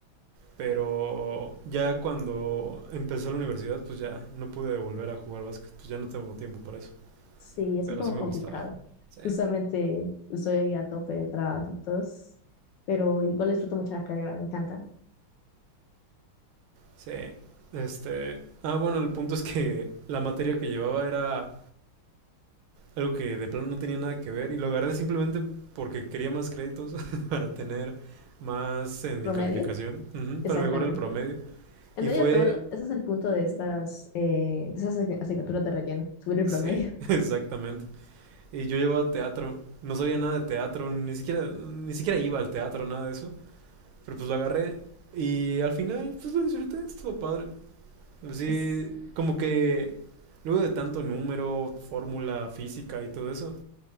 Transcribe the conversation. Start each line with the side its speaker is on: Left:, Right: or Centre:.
Right: pero ya cuando empecé la universidad, pues ya no pude volver a jugar básquet, pues ya no tengo tiempo para eso.
Left: Sí, es
Right: Pero
Left: un poco
Right: sí me
Left: complicado.
Right: gustaba. Sí,
Left: Justamente estoy a tope de trabajitos, pero igual disfruto mucho la carrera, me encantan.
Right: sí. Este, ah, bueno, el punto es que la materia que llevaba era algo que de plano no tenía nada que ver y lo agarré simplemente porque quería más créditos <laughs> para tener más en mi
Left: ¿Promedio?
Right: calificación, ujú, para
Left: Exactamente.
Right: mejorar el promedio.
Left: En
Right: Y
Left: medio
Right: fue,
Left: de todo, lo- ese es el punto de estas, eh, de esas asi- asignaturas de relleno, subir el
Right: sí,
Left: promedio.
Right: <laughs> exactamente. Y yo llevaba teatro, no sabía nada de teatro, ni siquiera, ni siquiera iba al teatro, nada de eso. Pero pues lo agarré y al final pues lo disfruté, estuvo padre. Así
Left: Es-
Right: como que luego de tanto número, fórmula, física y todo eso,